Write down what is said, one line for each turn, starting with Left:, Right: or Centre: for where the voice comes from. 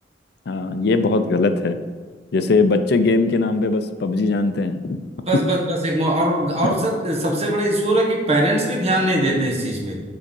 Left: हाँ ये बहुत गलत है जैसे बच्चे गेम के नाम पे बस पबजी जानते हैं
Right: बस बस बस एक मो- और और
Left: <laughs>
Right: सर सबसे बड़ा इशू हो रहा है कि पेरेंट्स भी ध्यान नहीं देते हैं इस चीज पे